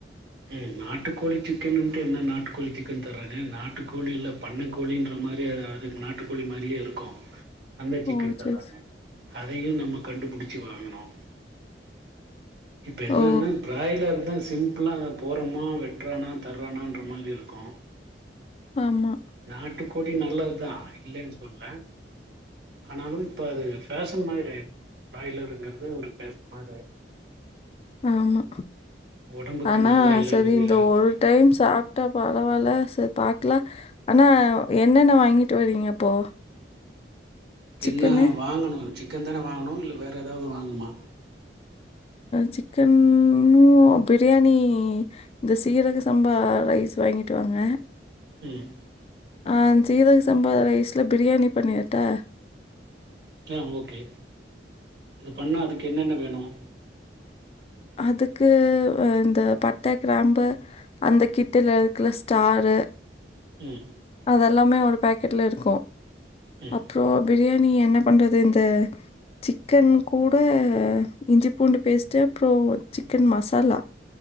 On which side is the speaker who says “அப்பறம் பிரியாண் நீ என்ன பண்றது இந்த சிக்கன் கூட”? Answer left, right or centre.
Left